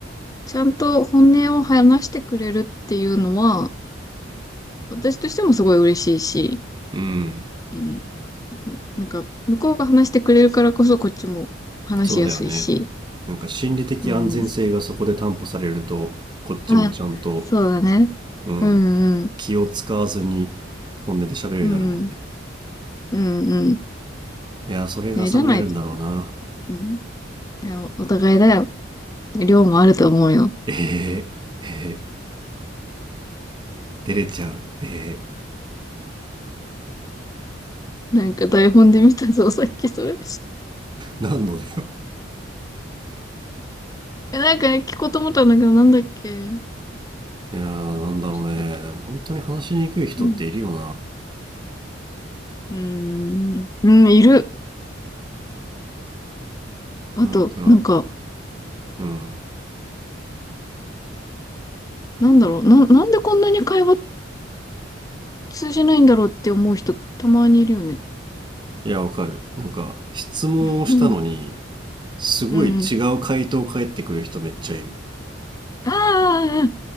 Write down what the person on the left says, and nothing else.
ちゃんと本音を話してくれるっていうのは、私としてもすごい嬉しいし、
うん、なんか、向こうが話してくれるからこそこっちも話しやすいし、
うん。
あ、そうだね。
うんうん。
うん。うんうん。
ね、じゃないと、うん。いや、お互いだよ。量もあると思うよ。
なんか台本で見たぞ、さっきそれ。
え、なんかね、聞こうと思ったんだけど、なんだっけ。
ちょ、っとうん。うーん、うん、いる。あと、
なんか、
なんだろう、な、なんでこんなに会話通じないんだろうって思う人、たまにいるよね。
<laughs> うん
うん。ああ、